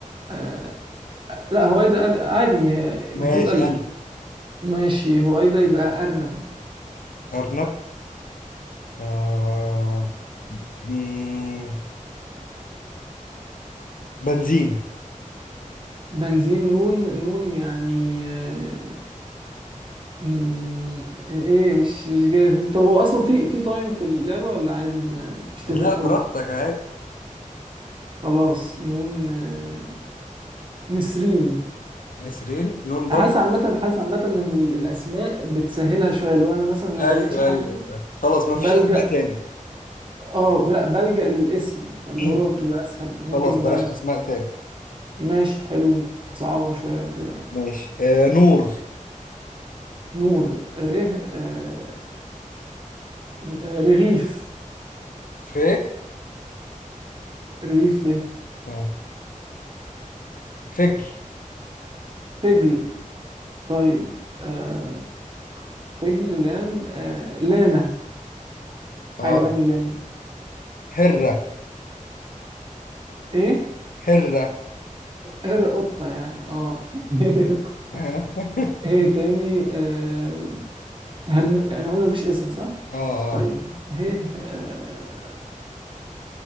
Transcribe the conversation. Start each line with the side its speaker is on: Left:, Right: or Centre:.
Right: آه لا هويدا أل... عادي ما هي
Left: ماشي
Right: المفروض ألف
Left: ألف
Right: ماشي هويدا يبقى أرنب
Left: أرنب آه مم، بنزين
Right: بنزين نون نون يعني آه م- ايه مش مش جاي طب هو اصلا في في تايم في اللعبة ولا عادي ما مش تفرق
Left: لا
Right: قوي
Left: براحتك عادي
Right: خلاص نون آه نسرين
Left: نسرين نون
Right: انا
Left: برضه
Right: حاسس عامه حاسس عامه ان ال- الاسماء بتسهلها شويه لو انا مثلا لو
Left: ايوه
Right: ما لقيتش حاجه
Left: ايوه خلاص ما فيش
Right: بلجأ
Left: اسماء تاني
Right: اه لا بلجأ للاسم
Left: <clears throat>
Right: فاللي هو بتبقى اسهل ممكن
Left: خلاص بلاش
Right: بقى
Left: اسماء تاني
Right: ماشي حلو نصعبها شويه وكده يعني
Left: ماشي آه نور
Right: نور ره آه آه، رغيف
Left: ف
Right: رغيف ايه
Left: آه. فجل
Right: فجل طيب آه فجل لام آه لامه
Left: اه
Right: حيوان لام
Left: هرة
Right: ايه
Left: هرة
Right: هر قطه يعني اه <laughs>
Left: اه <laughs>
Right: ايه تاني آه هم انا قلنا مفيش اسم صح
Left: اه آه.
Right: طيب هيه آه